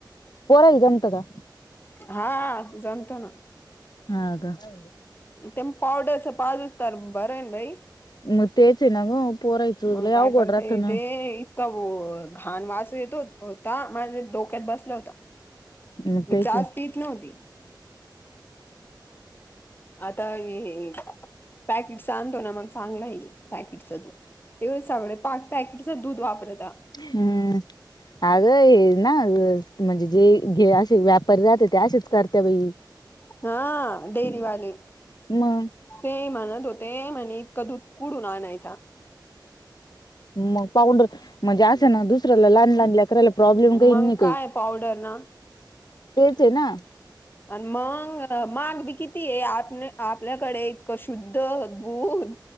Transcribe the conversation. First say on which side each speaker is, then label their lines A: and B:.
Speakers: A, on the left; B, on the left.
A: पोरायला जमत का?
B: हा जमतो ना
A: हा काय
B: ते पावडरच पाजूच तर बर आहेन बाई
A: मग तेच आहे ना ग पोरायचं
B: मग
A: लय
B: काय
A: अवघड
B: करते
A: राहत ना
B: ते इतका घाण वास येतो होता माझे डोक्यात बसला होता
A: मग
B: मी
A: तेच
B: चहाच
A: आहे.
B: पित नव्हती. आता हे पॅकेटस आणतो ना मग चांगल आहे पॅकेटच दूध इकडे सगळे पाक पॅकेटच दूध वापरता.
A: हम्म अगं हे ना म्हणजे जे घे असे व्यापारी राहते ते असेच करते बाई
B: हा डेरीवाले
A: म
B: ते म्हणत होते म्हणे इतक दूध कुडून आणायचा
A: मग पाऊंडर म्हणजे असे ना दुस ऱ्याला लहान लहान लेकराला प्रॉब्लेम काही
B: मग
A: नाही
B: काय
A: काही
B: पावडर ना
A: तेच आहे ना
B: आणि मग माघ बी किती आहे आन आपल्याकडे इतक शुद्ध दूध